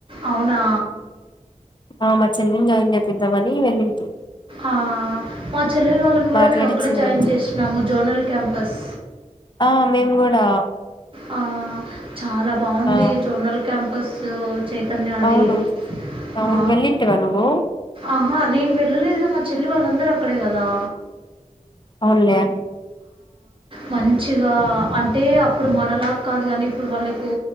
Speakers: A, on the right; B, on the left.
A: అవునా
B: ఆ మ చెల్లిని జాయిన్ జెపిద్దమని అని వెళ్ళింటి
A: ఆ మా చెల్లెల్ వాళ్ళను కూడా
B: మాట్లాడిచ్చింది
A: మేము అక్కడే జాయిన్
B: మంచిగా
A: చేస్నాము జోనల్ క్యాంపస్
B: ఆ మేము కూడా
A: ఆ చాలా బాగుంది
B: ఆ
A: జోనల్ క్యాంప్ పస్ చే చేతాన్య
B: అవును
A: ది
B: అవును
A: ఆ
B: వెళ్ళింటివా నువ్వు
A: ఆహా నేను పెడ్ పిలువ లేదురా మా చెల్లి వాళ్ళందరూ అక్కడే కదా
B: అవునులే
A: మంచిగా అంటే ఇప్పుడు మనలా కాదు కానీ ఇప్పుడు వాళ్ళకు